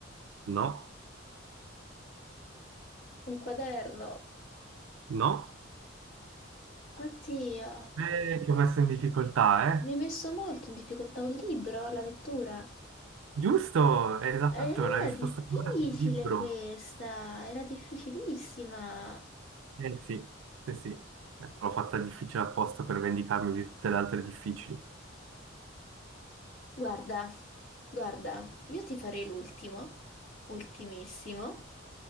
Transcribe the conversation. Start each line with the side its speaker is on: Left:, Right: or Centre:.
Right: No,
Left: un quaderno.
Right: no.
Left: Oddio,
Right: Eh, ti ho messo in difficoltà,
Left: mi
Right: eh?
Left: hai messo molto in difficoltà un libro, la lettura.
Right: Giusto, esatto,
Left: Era
Right: la risposta
Left: difficile
Right: corretta è il libro.
Left: questa, era difficilissima.
Right: Eh sì, sì, sì. Eh, L'ho fatta difficile apposta per vendicarmi di tutte le altre difficili.
Left: Guarda, guarda, io ti farei l'ultimo, ultimissimo,